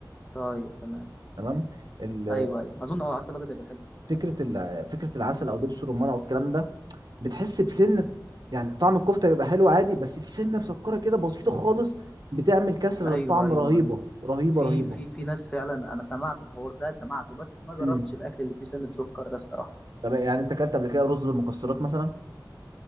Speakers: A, on the left; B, on the right.
A: طيب تمام
B: تمام ال-
A: أيوه أيوه أظن أه عسل أبيض هيبقى حلو
B: فكره ال- فكره العسل او دبس الرمان او الكلام ده بتحس بسنه يعني طعم الكفته بيبقى حلو عادي بس في سنه مسكره كده بسيطه خالص بتعمل كسره
A: ايوه
B: للطعم
A: ايوه
B: رهيبه
A: ايوه
B: رهيبه
A: في
B: رهيبه
A: في في ناس فعلا انا سمعت الحوار ده سمعته بس ما جربتش
B: امم
A: الاكل اللي فيه سنه سكر ده الصراحه
B: طب يعني انت اكلت قبل كده رز بالمكسرات مثلا